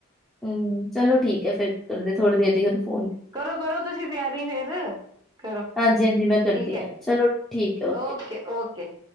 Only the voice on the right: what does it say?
ਕਰੋ-ਕਰੋ ਤੁਸੀਂ ਤਿਆਰੀ ਫਿਰ। ਕਰੋ
ਠੀਕ ਹੈ
ਓਕੇ-ਓਕੇ।